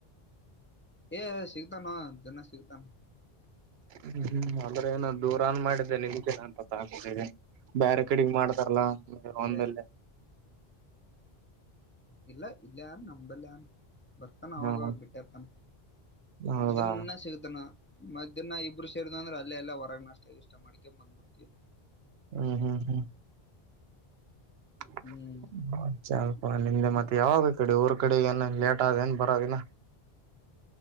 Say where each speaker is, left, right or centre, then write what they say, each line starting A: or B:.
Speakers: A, on the left (about 15°); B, on the right (about 75°).
A: ಏ ಸಿಗ್ತಾನ ನೋ ದಿನ್ನ ಸಿಗ್ತಾನ.
B: ಹ್ಮ್ ಹ್ಮ್ ಅಂದ್ರೆ ನಾನ ದೂರ ಅನಾ ಮಾಡಿದ್ದೆ ನಿನ್ಗೆ ಕಿಂತ ಪತ್ತ ಹಾಕೊಂಡಿದೆ. ಬ್ಯಾರಿ ಕಡಿಗೆ ಮಾಡ್ತಾರಲ್ಲಾ
A: ಇಲ್ಲ
B: ಒಂದಲ್ಲೇ.
A: ಇಲ್ಲ ಇಲ್ಯಾನ ನಂಬಲಾನಾ. ಬರ್ತಾನ ಅವಾಗವಾಗ
B: ಹ್ಮ
A: ಬೆಟ್ಟಿ ಆತನ
B: ಹೌದಾ
A: ದಿನ್ನ ಸಿಗತಾನ. ಮಧ್ಯಾಹ್ನ ಇಬ್ರು ಸೇರಿದೆವು ಅಂದ್ರೆ ಅಲ್ಲೆ ಎಲ್ಯನ ಹೊರಗ್ ನಾಷ್ಟ ಗಿಷ್ಟ ಮಾಡ್ಕೊಂಡು ಬಂದ್ಬಿಡ್ತಿವಿ.
B: ಹ್ಮ್ ಹ್ಮ್ ಹ್ಮ್ <unintelligible>
A: ಹ್ಮ್
B: ನಿಮ್ಡೆ ಮತ್ತೇ. ಯಾವಾಗ ಈ ಕಡೆ ಊರ ಕಡೆ ಏನ ಲೇಟ್ ಅದೇನು ಏನ್ ಬರೋದಿನ.